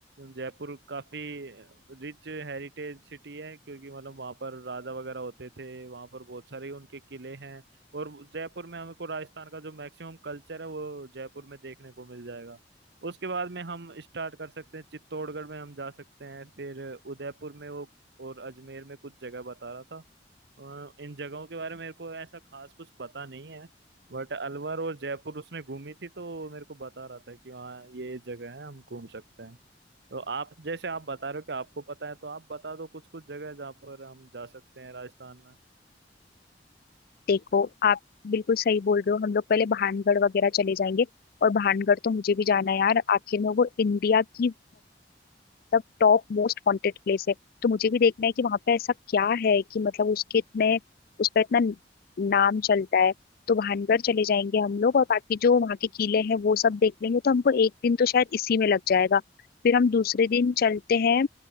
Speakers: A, on the right; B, on the left.
A: जयपुर काफी रिच हेरिटेज सिटी है क्योंकि मतलब वहाँ पर राजा वगैरह होते थे वहाँ पर बहुत सारे उनके किले हैं और जयपुर में हमको राजस्थान का जो मैक्सिमम कल्चर है वो जयपुर में देखने को मिल जाएगा उसके बाद में हम स्टार्ट कर सकते हैं चित्तौड़गढ़ में हम जा सकते हैं फिर उदयपुर में वो और अजमेर में कुछ जगह बता रहा था अ, इन जगहों के बारे में मेरे को ऐसा खास कुछ पता नहीं है बट अलवर और जयपुर उसने घूमी थी तो वो मेरे को बता रहा था कि हाँ ये जगह है हम घूम सकते हैं तो आप जैसे आप बता रहे हो कि आपको पता है तो आप बता दो कुछ कुछ जगह जहाँ पर हम जा सकते हैं राजस्थान में
B: देखो आप बिल्कुल सही बोल रहे हो हम लोग पहले भानगढ़ वगैरह चले जाएंगे और भानगढ़ तो मुझे भी जाना है यार आखिर में वो इंडिया की मतलब टॉप मोस्ट वांटेड प्लेस है तो मुझे भी देखना है कि वहां पे ऐसा क्या है कि मतलब उसके इतने उस पर इतना नाम चलता है तो भानगढ़ चले जाएंगे हम लोग और बाकी जो वहाँ के किले हैं वो सब देख लेंगे तो हमको एक दिन तो शायद इसी में लग जाएगा फिर हम दूसरे दिन चलते हैं